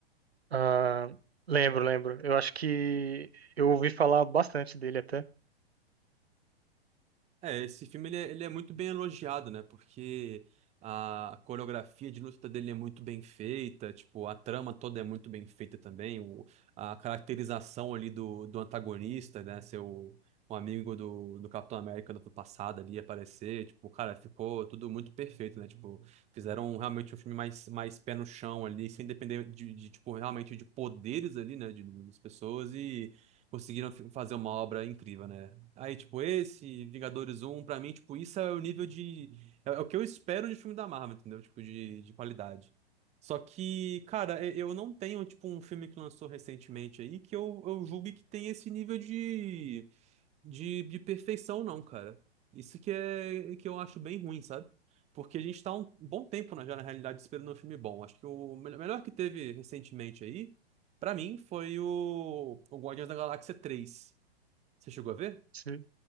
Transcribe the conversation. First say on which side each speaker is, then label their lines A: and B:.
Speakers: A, on the right; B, on the right.
A: Ah, lembro, lembro. Eu acho que eu ouvi falar bastante dele até.
B: É, esse filme ele é, ele é muito bem elogiado, né? Porque a coreografia de luta dele é muito bem feita, tipo, a trama toda é muito bem feita também, o, a caracterização ali do, do antagonista, né? Seu um amigo do, do Capitão América do passado ali aparecer, tipo, cara, ficou tudo muito perfeito, né? Tipo, fizeram realmente um filme mais, mais pé no chão ali, sem depender de, de, tipo, realmente de poderes ali, né? De, das pessoas e conseguiram fi- fazer uma obra incrível, né? Aí, tipo, esse, Vingadores um pra mim, tipo, isso é o nível de. É, é o que eu espero de filme da Marvel, entendeu? Tipo, de, de qualidade. Só que, cara, e- eu não tenho, tipo, um filme que lançou recentemente aí que eu, eu julgue que tem esse nível de, de, de perfeição, não, cara. Isso que é que eu acho bem ruim, sabe? Porque a gente tá um bom tempo na, já, na realidade, esperando um filme bom. Acho que o mel- melhor que teve recentemente aí, pra mim, foi o, o Guardiões da Galáxia três Você chegou a ver?
A: Se-